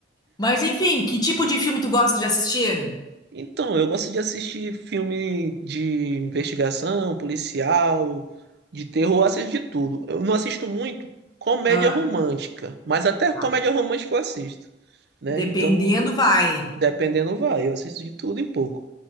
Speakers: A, on the left; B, on the right.
A: Mas enfim, que tipo de filme tu gosta de assistir?
B: Então, eu gosto de assistir filme de investigação, policial, de terror, eu assisto de tudo. Eu não assisto muito comédia
A: Ah,
B: romântica, mas até
A: tá.
B: comédia romântica eu assisto, né?
A: dependendo,
B: Então,
A: vai.
B: dependendo vai, eu assisto de tudo em pouco.